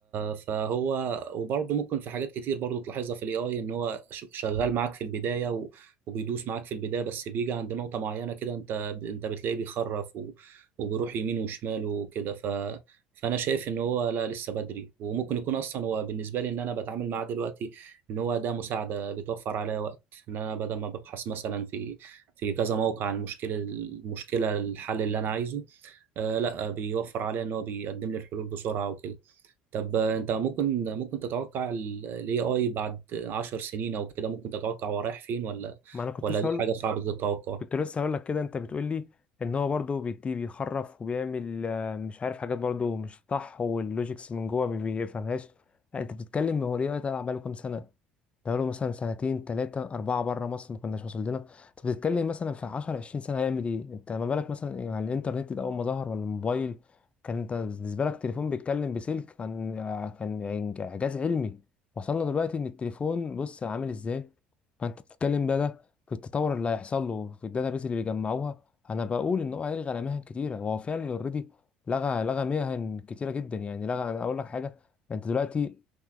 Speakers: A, on the right (about 55°); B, on the left (about 30°).
A: فهو وبرضه ممكن في حاجات كتير برضه تلاحظها في الاي اي ان هو ش- شغال معاك في البدايه و... وبيدوس معاك في البدايه بس بيجي عند نقطه معينه كده انت انت بتلاقيه بيخرف و... وبيروح يمين وشمال وكده ف... فانا شايف ان هو لا لسه بدري وممكن يكون اصلا هو بالنسبه لي ان انا بتعامل معاه دلوقتي ان هو ده مساعده بتوفر عليا وقت ان انا بدل ما ببحث مثلا في في كذا موقع عن المشكله المشكله الحل اللي انا عايزه آه لا بيوفر عليا ان هو بيقدم لي الحلول بسرعه وكده طب آه، انت ممكن ممكن تتوقع الاي اي بعد عشر سنين او كده ممكن تتوقع هو رايح فين ولا
B: ما انا كنت
A: ولا
B: لسه
A: دي
B: هقول
A: حاجه صعبه التوقع
B: كنت لسه هقول لك كده انت بتقول لي ان هو برضه بيدي بيخرف وبيعمل آه، مش عارف حاجات برضه مش صح واللوجيكس من جوه ما بيفهمهاش لا، انت بتتكلم هو ليه بقى بقاله كام سنه بقاله مثلا سنتين تلاتة أربعة بره مصر ما كناش وصل لنا أنت بتتكلم مثلا في 10 20 سنة هيعمل إيه؟ أنت ما بالك مثلا إيه على الإنترنت ده أول ما ظهر ولا الموبايل كان أنت بالنسبة لك تليفون بيتكلم بسلك كان كان إعجاز علمي وصلنا دلوقتي إن التليفون بص عامل إزاي؟ فأنت بتتكلم بقى ده في التطور اللي هيحصل له في الداتابيز اللي بيجمعوها أنا بقول إن هو هيلغي على مهن كتيرة هو فعلا أوريدي لغى لغى مهن كتيرة جدا يعني لغى أنا أقول لك حاجة أنت دلوقتي